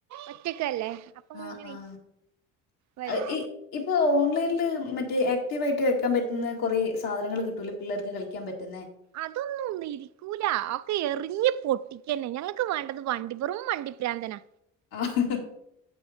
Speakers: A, on the right; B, on the left.
A: ഒറ്റക്കല്ലേ അപ്പൊ
B: ആഹ്
A: ഇങ്ങനെ
B: ആഹ്
A: വരും
B: ഇപ്പൊ ഓൺലൈനില് മറ്റേ ആക്റ്റീവ് ആയിട്ട് വെക്കാൻ പറ്റുന്ന കൊറേ സാധനങ്ങള് കിട്ടുലോ പിള്ളേർക്ക് കളിക്കാൻ പറ്റുന്നെ
A: അതൊന്നും ഒന്നും ഇരിക്കൂല ഒക്കെ എറിഞ്ഞ് പൊട്ടിക്കന്നെ ഞങ്ങക്ക് വേണ്ടത് വണ്ടിപെറും വെറും വണ്ടിപ്രാന്തനാ
B: ആഹ്